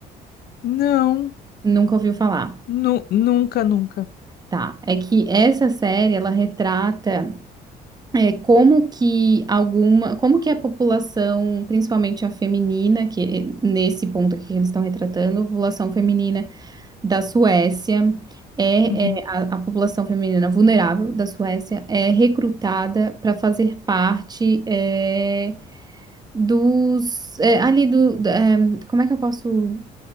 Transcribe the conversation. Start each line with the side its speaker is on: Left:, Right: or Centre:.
Left: Não,
Right: Nunca ouviu falar.
Left: nu- nunca, nunca.
Right: Tá. É que essa série, ela retrata É, como que alguma, como que a população, principalmente a feminina, que eh, nesse ponto aqui que eles estão retratando, a população feminina da Suécia é,
Left: Uhum.
Right: é, a, a população feminina vulnerável da Suécia é recrutada para fazer parte é, dos é, ali do, da- é, como é que eu posso